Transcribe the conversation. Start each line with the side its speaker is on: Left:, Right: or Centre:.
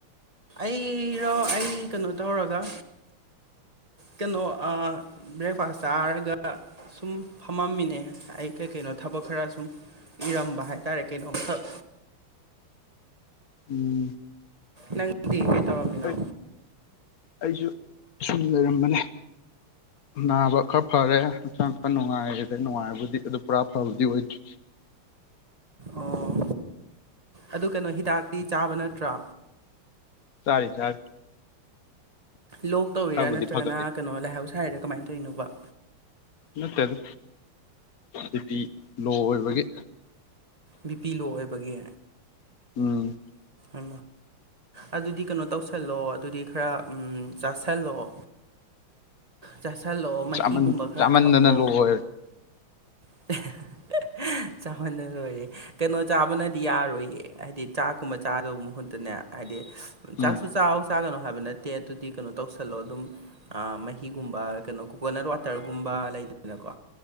Right: ꯑꯩꯔꯣ ꯑꯩ ꯀꯩꯅꯣ ꯇꯧꯔꯒ ꯀꯩꯅꯣ ꯑ ꯕ꯭ꯔꯦꯛꯐꯥꯁ ꯆꯥꯔꯒ ꯁꯨꯝ ꯐꯝꯃꯝꯃꯤꯅꯦ ꯑꯩ ꯀꯩ ꯀꯩꯅꯣ ꯊꯕꯛ ꯈꯔ ꯁꯨꯝ ꯏꯔꯝꯕ ꯍꯥꯏꯇꯥꯔꯦ ꯀꯩꯅꯣꯝꯈꯛ
Left: ꯎꯝ
Right: ꯅꯪꯗꯤ ꯀꯩ ꯇꯧꯔꯝꯃꯤꯅꯣ
Left: ꯑꯩ ꯑꯩꯁꯨ ꯁꯨꯝ ꯂꯩꯔꯝꯕꯅꯦ ꯅꯥꯕ ꯈꯔ ꯐꯔꯦ ꯍꯛꯆꯥꯡ ꯈꯔ ꯅꯨꯡꯉꯥꯏꯔꯦ ꯅꯨꯡꯉꯥꯏꯕꯨꯗꯤ ꯑꯗꯨ ꯄꯨꯔꯥ ꯐꯕꯗꯤ ꯑꯣꯏꯗ꯭ꯔꯤ
Right: ꯑꯣ ꯑꯗꯨ ꯀꯩꯅꯣ ꯍꯤꯗꯥꯛꯇꯤ ꯆꯥꯕ ꯅꯠꯇ꯭ꯔꯣ
Left: ꯆꯥꯔꯤ ꯆꯥꯔꯤ
Right: ꯂꯣꯛ ꯇꯧꯔꯤꯔꯥ
Left: ꯈꯔꯕꯨꯗꯤ
Right: ꯅꯠꯇ꯭ꯔꯒꯅ
Left: ꯐꯒꯠꯂꯦ
Right: ꯀꯩꯅꯣ ꯂꯥꯏꯍꯧ ꯁꯥꯏꯔꯥ ꯀꯃꯥꯏꯅ ꯇꯧꯔꯤꯅꯣꯕ
Left: ꯅꯠꯇꯦꯗꯤ ꯕꯤ ꯄꯤ ꯂꯣ ꯑꯣꯏꯕꯒꯤ
Right: ꯕꯤꯄꯤ ꯂꯣ ꯑꯣꯏꯕꯒꯤ
Left: ꯎꯝ
Right: ꯎ ꯑꯗꯨꯗꯤ ꯀꯩꯅꯣ ꯇꯧꯁꯜꯂꯣ ꯑꯗꯨꯗꯤ ꯈꯔ ꯆꯥꯥꯁꯜꯂꯛꯣ ꯆꯥꯥꯁꯜꯂꯛꯑꯣ ꯃꯍꯤꯒꯨꯝꯕ
Left: ꯆꯥꯃꯟ
Right: ꯈꯔ
Left: ꯆꯥꯃꯟꯗꯅ
Right: ꯊꯛꯑꯣ
Left: ꯂꯣ ꯑꯣꯏꯔꯦ
Right: <inaudible> ꯆꯥꯎꯃꯟꯅ ꯂꯣꯏꯔꯦ ꯀꯩꯅꯣ ꯆꯥꯕꯅꯗꯤ ꯌꯥꯔꯣꯏꯌꯦ ꯍꯥꯏꯗꯤ ꯆꯥꯛꯀꯨꯝꯕ ꯆꯥꯗꯕ ꯃꯍꯨꯠꯇꯅꯦ ꯍꯥꯏꯗꯤ ꯆꯥꯛꯁꯨ
Left: ꯎꯝ
Right: ꯆꯥꯛ ꯆꯥꯒꯅꯨ ꯍꯥꯏꯕ ꯅꯠꯇꯦ ꯑꯗꯨꯗꯤ ꯀꯩꯅꯣ ꯇꯧꯁꯜꯂꯣ ꯑꯗꯨꯝ ꯃꯍꯤꯒꯨꯝꯕ ꯀꯩꯅꯣ ꯀꯣꯀꯣꯅꯠ ꯋꯥꯇꯔꯒꯨꯝꯕ ꯂꯩꯗꯅꯀꯣ